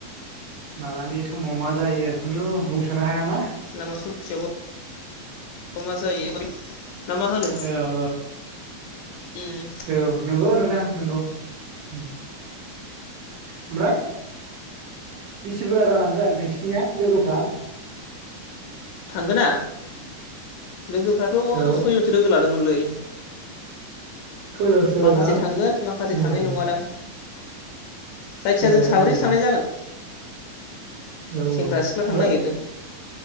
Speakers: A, on the right (about 75°); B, on the left (about 80°).
A: मालानि समाव मा जायो खुनु बुंस'नो हाया ना?
B: लामा ससेयावबा मा जायो ना मा होनो
A: औ
B: उम
A: औ औ नंगौ नोंथां नोंगौ। उम ओमफ्राय बेसि बुरजा जालांगोन नोंसिनिया लोगोफ्रा?
B: थांगोना? लोगोफ्राथ'
A: औ
B: सयजनसो लोगो लाद दोमोनलै।
A: सयजनसो
B: माखासे
A: ना
B: थांगोन माखासे
A: उम
B: थांनाय नोङा दां। जायखिजाया
A: ओ
B: जों साब्रैसो
A: ओं
B: थांनाय जागोन।
A: औ औ
B: सेंग्रा
A: ओमफ्राय?
B: सिख्ला थांनो नागिरदों